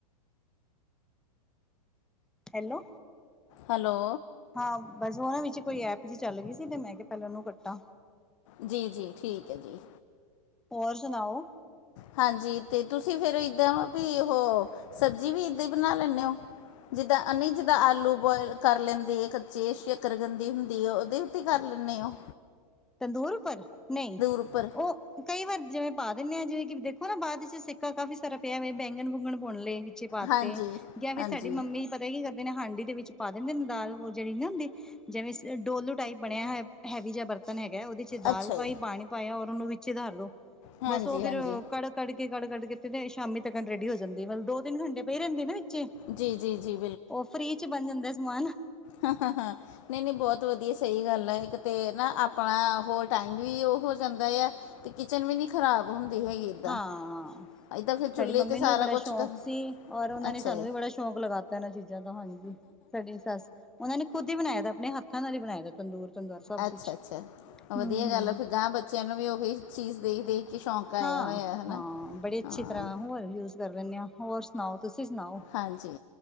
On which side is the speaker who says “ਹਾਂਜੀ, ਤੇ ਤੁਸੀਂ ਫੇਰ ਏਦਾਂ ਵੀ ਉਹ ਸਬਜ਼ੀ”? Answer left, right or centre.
Left